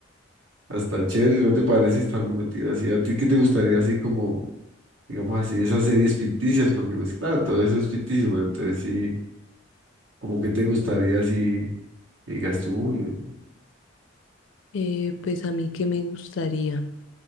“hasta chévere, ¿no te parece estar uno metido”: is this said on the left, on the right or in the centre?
Right